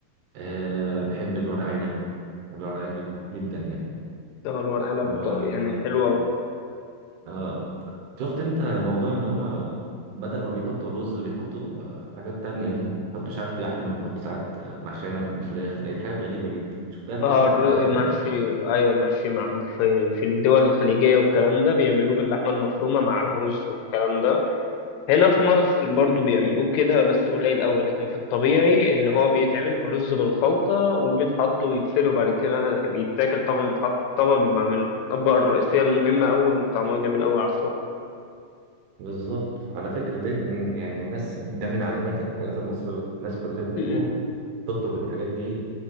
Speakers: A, on the right; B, on the left.
A: أه بحب الورق عنب بحب الورق عنب جد- جدا يعني
B: اه الورق عنب
A: و
B: بتا- يعني حلوه أوي.
A: اه شفت انت موضوع ان هما بدل ما بيحطوا رز بيحطوا آه، حاجات تانية دي بيحطوا مش عارف لحمة بيحطوا ساعات آه، محشية بالفراخ لقيت حاجات غريبة جدا شفتها انت
B: اه
A: ده
B: الر-
A: قبل
B: المحشي
A: كده؟
B: ايوه المحشي مع في, في الدول الخليجيه والكلام ده بيعملوه باللحمه المفرومه مع الرز والكلام ده هنا في مصر برضو بيعملوه كده بس قليل قوي لكن في الطبيعي اللي هو بيتعمل برز بالخلطه وبيتحط ويتسلق وبعد كده بيتاكل طبعا بيتحط في طبق بيبقى من الاطباق الرئيسيه المهمه قوي طعمها جميل قوي على السكر
A: بالظبط على فكرة ده من- يعني الناس ده من علامات الحاجات المصرية الناس كلها بتروح
B: م- م.
A: تطلب الحاجات دي